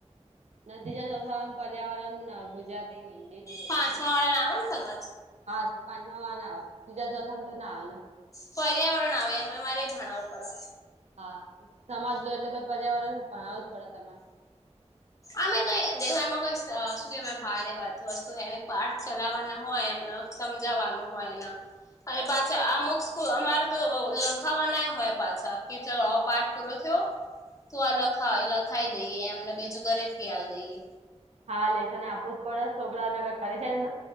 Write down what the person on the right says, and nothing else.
ના તીજાથ પર્યાવરણ, ગુજરાતી, હિન્દી ને બધું
હોય.
હા પાંચમા વાળા ને આવે ત્રીજા ચોથા મા તો ના આવે ને.
હા સમાજ લો એટલે પછી પર્યાવરણ ભણાવું જ પડે તમારે.
હા લેશન એ આપવું પડે. છોકરાને નકર ઘરે જઈને